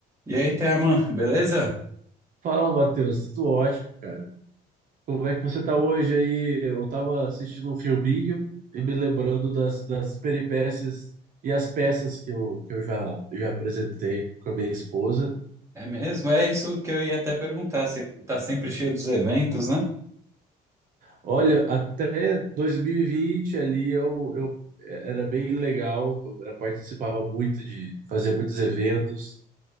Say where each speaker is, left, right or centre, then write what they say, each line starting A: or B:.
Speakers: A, on the right; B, on the right.
A: E aí, Thelma, beleza?
B: Fala, Matheus. Tudo ótimo, cara. Como é que você tá hoje aí? Eu tava assistindo um filminho e me lembrando das, das peripécias e as peças que eu, que eu já, já apresentei com a minha esposa.
A: É mesmo? É isso que eu ia até perguntar. Você tá sempre cheio dos eventos, né?
B: Olha, até 2020 ali eu, eu é, era bem legal, eu era- participava muito de fazer muitos eventos,